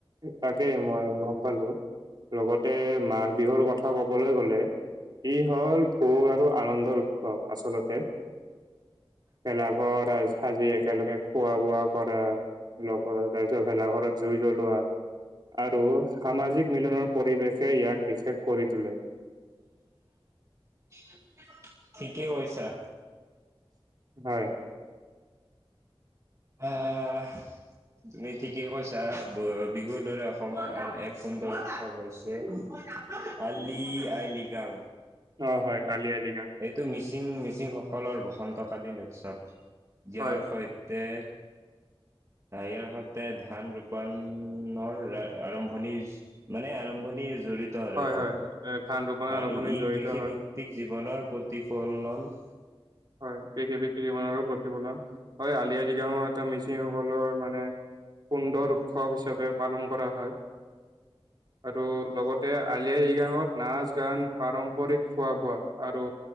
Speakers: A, on the right (about 45°); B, on the right (about 30°).
A: তাকে মই গম পালো, লগতে মাক বিহুৰ কথা ক'বলৈ গ'লে, ই হ'ল ভোগ আৰু আনন্দ গৰ উৎসৱ আচলতে ভেলাঘৰ সাজি একেলগে খোৱা। বোৱা কৰা লগত, তাৰপিছত ভেলা ঘৰত জুই <unintelligible> লোৱা আৰু সামাজিক মিলনৰ পৰিৱেশে, ইয়াক বিশেষ কৰি তোলে।
B: <unintelligible> ঠিকে কৈছা।
A: হয়!
B: আঁ তুমি ঠিকে কৈছা! <unintelligible> বিহুৰ দৰে, অসমৰ আন এক সুন্দৰ উৎসৱ হৈছে, আলি-আই-লৃগাং।
A: অ'! হয়, আলি-আই-লৃগাং।
B: এইটো মিচিং, মিচিংসকলৰ বসন্তকালীন উৎসৱ। ইয়াৰ,
A: হয়
B: সৈতে আঁ ইয়াৰ সৈতে, ধান ৰোপায়ণৰ আৰম্ভণি, মানে, আৰম্ভণি জড়িত আৰু
A: হয়
B: এইটো।
A: হয় এ ধান ৰোপণৰ
B: আৰু
A: আৰম্ভণি
B: এই,
A: জড়িত
B: কৃষি
A: হয়
B: ভি ত্তিক জীৱনৰ প্ৰতিফলন।
A: হয়, <unintelligible> জীৱনৰো প্ৰতিফলন। হয়, আলি-আই-লৃগাংৰ এটা মিচিংসকলৰ মানে, সুন্দৰ উৎসৱ হিচাবে, পালন কৰা হয়। আৰু লগত তে, আলি-আই-লৃগাংত নাচ-গান, পাৰম্পৰিক খোৱা-বোৱা আৰু